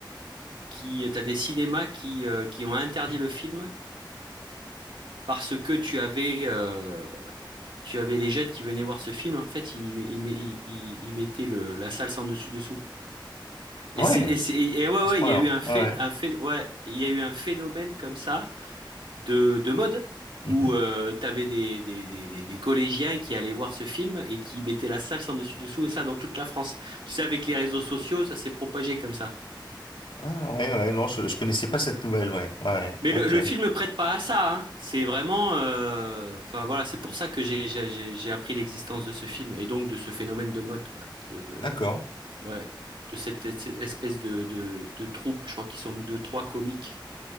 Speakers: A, on the right; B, on the left.
A: qui, euh, t'as des cinémas qui, euh, qui ont interdit le film parce que tu avais, euh, tu avais les jeunes qui venaient voir ce film. En fait, ils, ils, met- ils- ils- ils mettaient le, la salle sans dessus dessous.
B: Ah
A: Et c'est,
B: ouais,
A: et c'est- et ouais,
B: à
A: ouais,
B: ce point-là.
A: il y a eu un fait,
B: Ouais.
A: un fait, ouais, il y a eu un phénomène comme ça de, de mode
B: Mhm.
A: où euh, t'avais des, des, des, des- des collégiens qui allaient voir ce film et qui mettaient la salle sans dessus dessous et ça dans toute la France. Tu sais, avec les réseaux sociaux, ça s'est propagé comme ça.
B: Ah ouais, ouais, non, je, je connaissais pas cette nouvelle, ouais. Ouais, ouais.
A: Mais le,
B: ok.
A: le film ne prête pas à ça. hein. C'est vraiment, euh, enfin voilà, c'est pour ça que j'ai j'ai j'ai- j'ai appris l'existence de ce film et donc de ce phénomène de mode, quoi. De, de
B: D'accord.
A: ouais, de cette es- espèce de de, de troupe. Je crois qu'ils sont deux, trois comiques